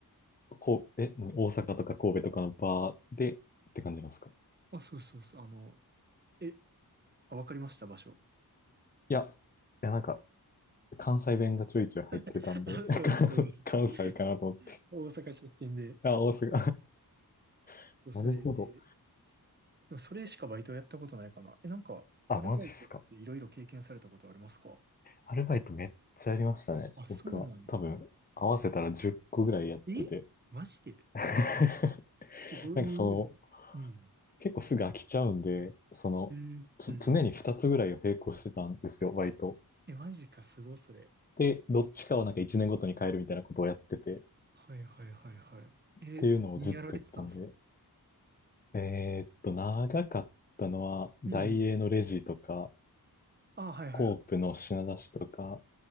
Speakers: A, on the left; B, on the right.
A: こう、え、何大阪とか神戸とかのバーでって感じなんですか
B: あ、そうそうそう。あの、え、あ、わかりました、場所。
A: いや、いや、なんか、関西弁がちょいちょい入ってたんで、
B: <laughs> あ、
A: <laughs>
B: そうです、そうです。
A: 関関西かなと思って。
B: <laughs> 大阪出身で、
A: あ、大阪。<laughs>
B: それで、
A: なるほど。
B: でもそれしかバイトやったことないかな。え、なんか、
A: あ、
B: アルバイトっていろいろ経験されたことありますか
A: マジっすか。アルバイトめっちゃやりましたね。
B: あ、そうなんや。
A: 僕は。多分、合わせたら10個ぐらいやってて。
B: えマジで
A: <laughs>
B: どういう意味うん。
A: なんかその、結構すぐ飽きちゃうんで、その、
B: えーうんうん。
A: つ常に2つぐらいを並行してたんですよ、バイト。
B: え、マジか、すごい、それ。
A: で、どっちかをなんか1年ごとに変えるみたいなことをやってて、っ
B: はいはいはいはい。え、
A: ていうのをずっとやったんで。
B: 何やられてたんですか
A: えーっと、長かったのは、大英のレジとか、
B: うんうん。あ、はいはいは
A: コープの品出しとか、